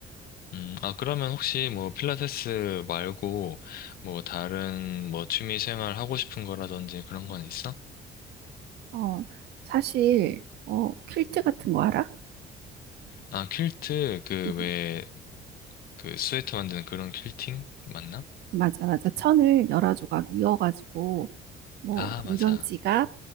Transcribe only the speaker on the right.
어, 사실 어 퀼트 같은 거 알아?
음,
맞아 맞아 천을 여러 조각 이어가지고 뭐
동전
지갑